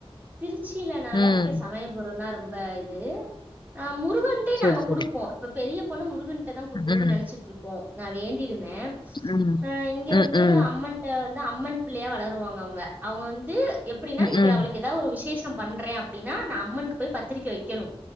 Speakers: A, on the right; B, on the left.
A: திருச்சியிலனால
B: ம்
A: இங்க சமயபுறம் தான் ரொம்ப <unintelligible> ஆ முருகன்டே
B: சேரி
A: நாங்க
B: சேரி
A: குடுப்போம் இப்ப பெரிய போன முரு கன் ட தான் குடுக்கணுன்னு
B: ம்
A: நனச்சிட்ருக்கோம் நான் வேண்டி இருந்தன்
B: ம்
A: அ இங்க வந்து
B: ம் ம் ம்
A: அம்மன்ட வந் து அம்மன் பிள்ளையா வளருவாங்க அவங்க அவங்க வந்து அப்டினா இப்ப
B: ம்
A: அவளுக்கு எதா ஒரு விசேஷ் பண்றேன் அப்படின்னா நான் அம்மனுக்கு போய் பத்திரிக்க வைக்கணும்